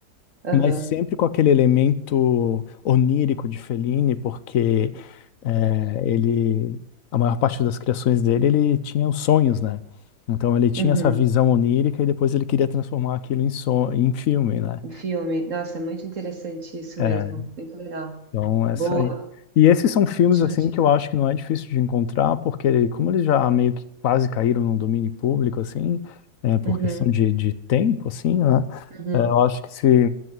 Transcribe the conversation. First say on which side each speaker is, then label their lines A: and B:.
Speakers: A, on the right; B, on the left.
A: Aham.
B: mas sempre com aquele elemento onírico de Fellini, porque eh, ele a maior parte das criações dele ele tinha os sonhos, né? Então ele tinha
A: Uhum.
B: essa visão onírica e depois ele queria transformar aquilo em, son em filme, né?
A: Um filme. Nossa, é muito interessante isso
B: É,
A: mesmo. Muito legal.
B: então, essa
A: Boa,
B: aí. E esses são filmes
A: ótima
B: assim
A: dica.
B: que eu acho que não é difícil de encontrar, porque como eles já meio que quase caíram no domínio público, assim, é, por
A: Uhum.
B: questão de, de tempo, assim, né?
A: Uhum.
B: É, eu acho que se,